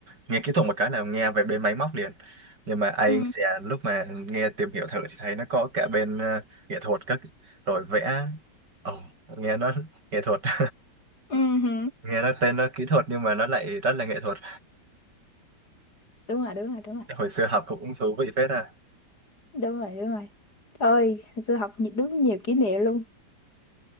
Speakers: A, on the right; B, on the left.
A: nghe kỹ thuật một cái là nghe về bên máy móc liền. Nhưng mà anh
B: ừ
A: sẽ lúc mà nghe tìm hiểu thử thì thấy nó có cả bên ờ, nghệ thuật các rồi vẽ. Ồ, nghe nó nghệ thuật. <laughs>
B: ừ hử.
A: Nghe nó tên nó kỹ thuật nhưng mà nó lại rất là nghệ thuật.
B: đúng rồi đúng rồi đúng rồi
A: <laughs> Hồi xưa học cũng thú vị phết à.
B: đúng rồi đúng rồi ơi sư học nhi- đúng nhiều kỷ niệm luôn